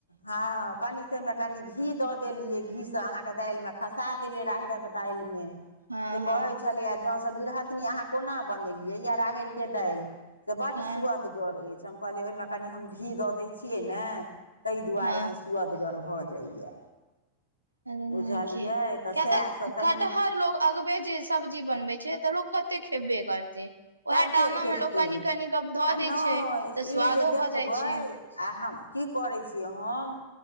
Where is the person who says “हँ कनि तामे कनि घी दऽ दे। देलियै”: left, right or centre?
Left